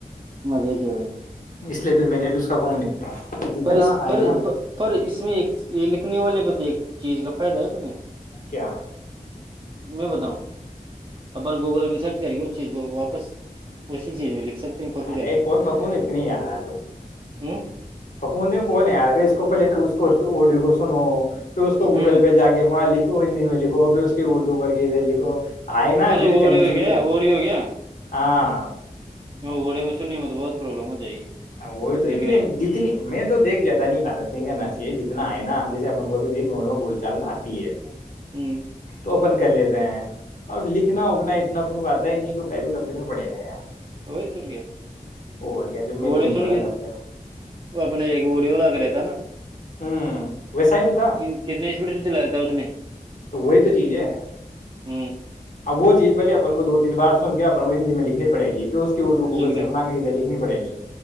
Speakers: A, on the right; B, on the left.
A: مزے کیا
B: اس لیے پھر میں نے بھی اس کا نہیں جتنا
A: پر
B: آئے
A: پر
B: نا
A: پر اس میں ایک یہ لکھنے والے بت چیز کا فائدہ ہے اپنے
B: کیا
A: میں بتاؤں اپن گوگل میں سرچ کریے چیز کو واپس اسی چیز میں سکتے ہیں کاپی
B: ارے
A: کر کے
B: کون پپو نے اتنی یار
A: ہ
B: پپو نے وہ نہیں ہار گ اس کو پہلے تو اس کو اڈیو کو سنو پھر اس کو گوگل
A: ہ
B: پہ جا کے وہاں لکھو ہندی میں لکھو پھر اس کو ھر اردو کے ہےے لکھو
A: <unintelligible>
B: آئے نا جو ہی کرنی چاہیے ہاں
A: وڑے میں سننے میں بہت پرابلم ہو جائے گی
B: وہ تو
A: لکھنے
B: اتنی
A: میں
B: جتنی میں تویکھ جیادہ نہیں لالچ کا نسی جتنا ہے نا
A: ہ
B: جیسے اپن کوب بھی دیکھ نول بول چلنا آتی ہے
A: ہممم
B: تو اپن کر لیتے ہیں اب لکھنا اگنا اتنا اپن کو آتا ہی نہیں تو کیا کو لفڑے میں پڑے رہے ہیں
A: <unintelligible>
B: اور کیا جب میں تو نہیں
A: سن
B: پڑھا
A: کے
B: لفڑے
A: وہ اپنے ایک ووڈیو ل کر رہتا <unintelligible>
B: ہوں ویسا ہی تو تھا
A: کتنی اسپیڈ سے چلایا تھا اس نے
B: وہی تو چیز ہے
A: ہ
B: ا وہ چیز پہے اپن کو دو تین بار سن گے اپن کو ہندی میں لکھنی پڑ گی اس کی اردو گوکہی
A: لکھنے
B: سے
A: میں
B: بنا کے ادے لکھنی پڑ گی